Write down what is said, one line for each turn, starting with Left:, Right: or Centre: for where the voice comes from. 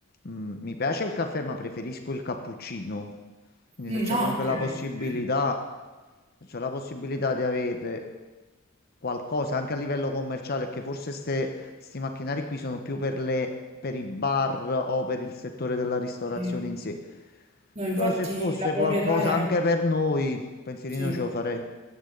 Left: mm, mi piace il caffè, ma preferisco il cappuccino. Quindi
Right: Mm,
Left: se c'è
Right: ah,
Left: comunque
Right: ok,
Left: la possibilità,
Right: ok.
Left: se c'è la possibilità di avere qualcosa anche a livello commerciale, che forse ste, sti macchinari qui sono più per le, per i bar o per il settore della ristorazione
Right: Sì.
Left: in sé.
Right: No, infatti
Left: Però se fosse
Right: la proprietaria,
Left: qualcosa anche per noi, pensierino
Right: sì.
Left: ce lo farei.